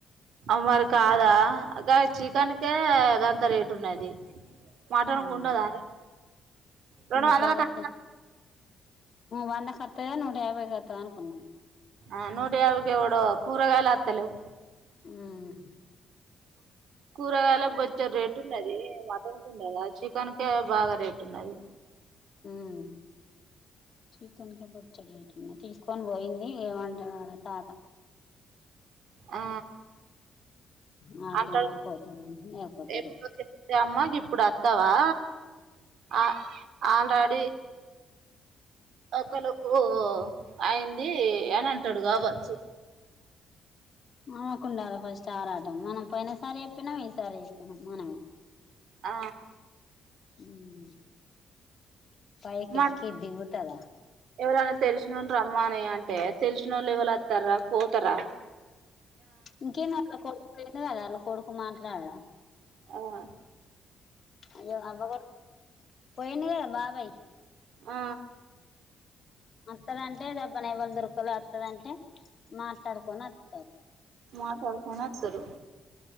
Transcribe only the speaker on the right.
అ మరి కాదా చికెన్కే గంత రేట్ ఉన్నది మటన్
కు ఉండదారా రెండు
వందల కట్ట
ఆ నూట యాభైకి ఇప్పుడు కూరగాయలు అత్తలేవ్
కూరగాయల బొచ్చెడ్ రేట్ ఉన్నది, మటన్ కున్నదా చికెన్ కే బాగా రేట్ ఉన్నది
ఆ
అంటాడు
ఎప్పుడు చెప్తే అమ్మ ఇప్పుడు అత్తావా ఆ ఆల్రెడీ ఒకలకు అయింది అని అంటాడు కావచ్చు
ఆ
మ
ఎవరైనా తెలిసినోళ్ళు రమ్మని అంటే తెలిసినోళ్ళు ఎవళత్తర్రా పోతరా
ఊహా
ఆ
మాట్లాడుకోని వత్తరు